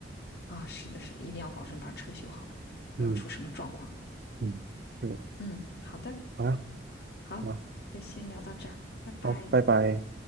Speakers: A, on the left; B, on the right.
A: 啊。是的，是的，一定要保证把车修好了，不要出什么状况。
B: 嗯嗯，是的，
A: 嗯，好的。
B: 好呀，
A: 好，
B: 啊，
A: 就先聊到这儿，拜拜。
B: 好，拜拜。